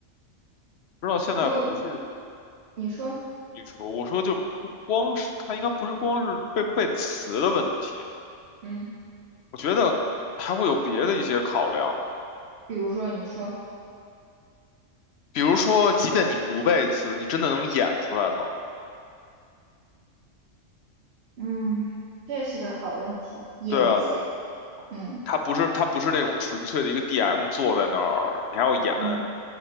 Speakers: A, on the left; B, on the right.
A: 知道现在不是
B: 因为你说，
A: 你说，我说就不光是他应该不是光是背不背词的问题，
B: 嗯，
A: 我觉得还会有别的一些考量，
B: 比如说你说。
A: 比如说，即便你不背词，你真的能演出来吗？
B: 嗯，这是个好问题，演技，
A: 对啊，
B: 嗯
A: 他不是他不是那种纯粹的一个 DM 坐在那儿，你还要演。
B: 嗯